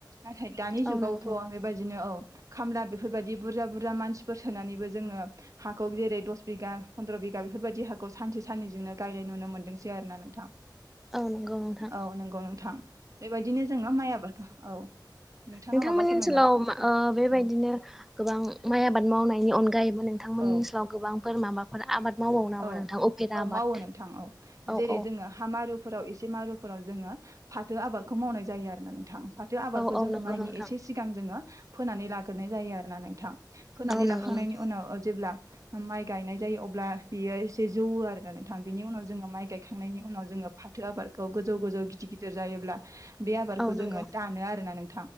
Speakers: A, on the right; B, in the centre.
A: नाथाय दानि जुगावथ'आ
B: औ नंगौ
A: बेबायदिनो औ खामला बेफोरबायदि बुरजा बुरजा मानसिफोर सोनानैबो जोङो हाखौ जेरै दस बिघा फन्द्र' बि बिगा बेफोरबायदि हाखौ सानसे साननजोंनो गायनाय नुनो मोन्दोंसै आरो ना नोंथां
B: औ नंगौ नोंथां
A: औ नंगौ नोंथां बेबायदिनो जोंना माइ आबाद औ नोंथाङा
B: नोंथांमोननि
A: माबा फोरमायना
B: ओनसोलाव ओ बेबायदिनो
A: औ
B: गोबां माइ आबाद मावनायनि अनगायैबो नोंथांमोननि
A: औ
B: ओनसलाव गोबांफोर माबाफोर आबाद मावबावो नामा
A: औ
B: नोंथां उफेरा
A: औ
B: आबाद?
A: मावो नोंथां औ
B: औ
A: जेरै
B: औ
A: जोङो हा मारुफोराव एसे मारु फोराव जोङो फाथो आबादखौ मावनाय जायो आरोना नोंथां फाथो आबादखौ
B: औ औ
A: जोङो
B: नंगौ
A: माइनि
B: नोंथां
A: एसे सिगां जोङो फोनानै लाग्रोनाय जायो आरोना नोंथां फोनानै
B: औ नंगौ
A: लाखांनायनि
B: नोंथां
A: उनाव जेब्ला माइ गायनाय जायो अब्ला बियो एसे जौ आरोना नोंथां बिनि उनाव जोङो माइ गायखांनायनि उनाव जोङो फाथो आबादखौ गोजौ गोजौ गि गिद गिदिर जायोब्ला बे आबारखौ
B: औ नंगौ
A: जोङो दानो आरोना नों